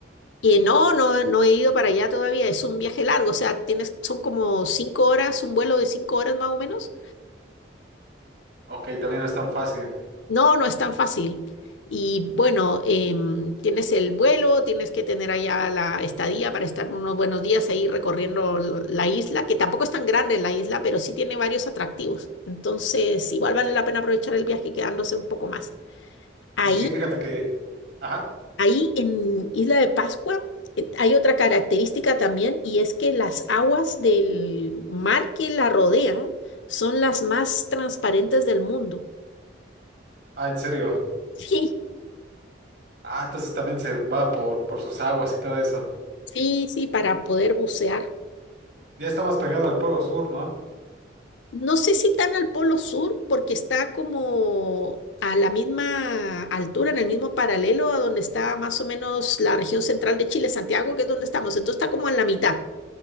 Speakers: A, on the left; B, on the right.
A: Y no, no, no he ido para allá todavía. Es un viaje largo, o sea, tienes, son como cinco horas, un vuelo de cinco horas más o menos.
B: Ok, también no es tan fácil.
A: No, no es tan fácil. Y bueno, em, tienes el vuelo, tienes que tener allá la estadía para estar unos buenos días ahí recorriendo l- la isla, que tampoco es tan grande la isla, pero sí tiene varios atractivos. Entonces, igual vale la pena aprovechar el viaje quedándose un poco más. Ahí,
B: Y sí, fíjate que... Ajá.
A: ahí en Isla de Pascua, eh, hay otra característica también y es que las aguas del mar que la rodean son las más transparentes del mundo.
B: Ah, en serio.
A: <laughs> Sí,
B: Ah, entonces también se va por, por sus aguas y todo eso.
A: sí, sí, para poder bucear.
B: Ya está más pegado al polo sur, ¿no?
A: No sé si tan al polo sur, porque está como a la misma altura, en el mismo paralelo a donde está más o menos la región central de Chile, Santiago, que es donde estamos. Entonces está como en la mitad.